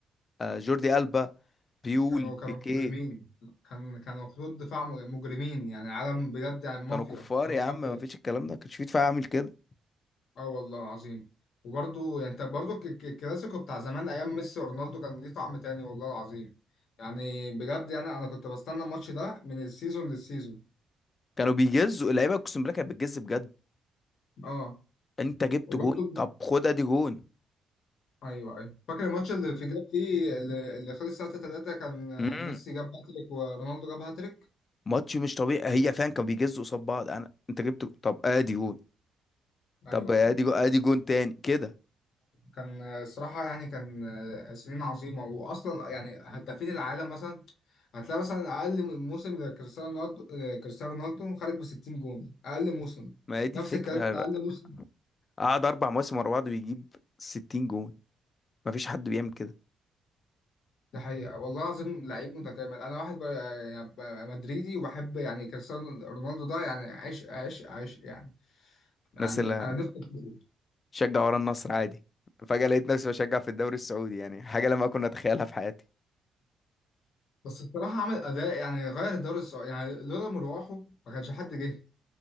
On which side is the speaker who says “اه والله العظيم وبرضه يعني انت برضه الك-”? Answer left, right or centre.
Left